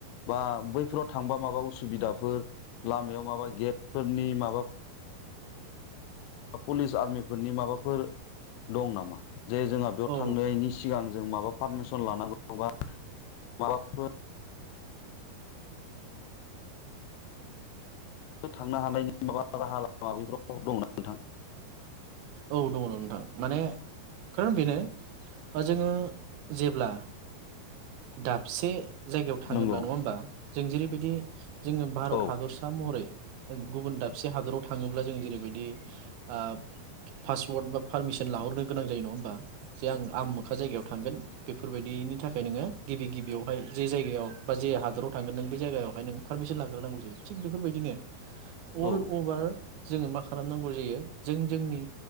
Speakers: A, on the left; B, on the right.
A: बा बैफोराव थांबा माबा उसुबिदाफोर लामायाव माबा गेटफोरनि माबा अ पुलिस आर्मिफोरनि माबाफोर दं नामा? जे जोंहा बेयाव
B: औ
A: थांनायनि सिगां जों माबा पार्मिसन लानांगौ बा माबाफोर ओ थांनो हानायनि माबा राहा लामा बेफोराव दं ना? नोंथां
B: औ दङ नोंथां माने खारन बेनो ओ जोङो जेब्ला दाबसे जायगायाव थाङोब्ला
A: नंगौ
B: नङा होमबा? जों जेरै बिदि जोङो भारत
A: औ
B: हादरसा महरै ओ गुबुन दाबसे हादराव थाङोब्ला जों जेरैबायदि ओ पास्पोर्ट बा पारमिसन लाहरनो गोनां जायो नङा होमबा? जे आं आमोखा जायगायाव थांगोन बेफोरबायदिनि थाखाय‌ नोङो गिबि गिबिआवहाय जे जायगायाव बा जे हादराव थांगोन नों बे जायगायावहाय नों पारमिसन लाग्रोनांगौ जायो थिक बेफोरबायदिनो अल
A: औ
B: अभार जोङो मा खालामनांगौ जायो जों जोंनि